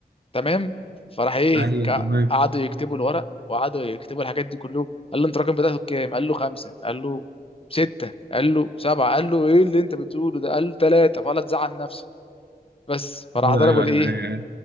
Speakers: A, on the left; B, on the right.
A: تمام فراح ايه
B: ايوه
A: كا-
B: تمام
A: قعدوا يكتبوا الورق وقعدوا يكتبوا الحاجات دي كله قال له انت رقم بدأته بكام قال له خمسه قال له سته قال له سبعه قال له ايه اللي انت بتقوله ده قال له ثلاثه ولا تزعل نفسك بس فراح
B: ايوه
A: ضربوا
B: ايوه
A: الايه
B: ايوه